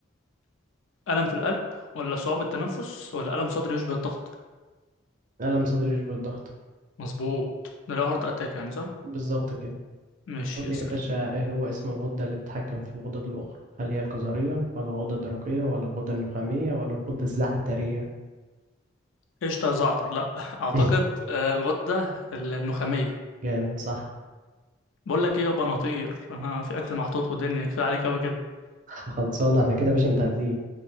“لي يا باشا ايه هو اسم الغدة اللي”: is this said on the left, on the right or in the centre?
Right